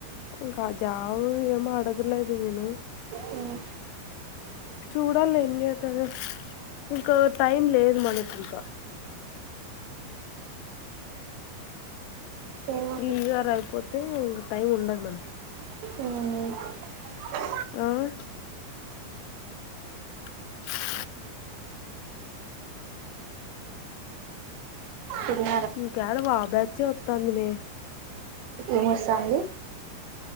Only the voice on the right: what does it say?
మ్మ్.
ఏమో
ఆ
స
ఏమొస్తాంది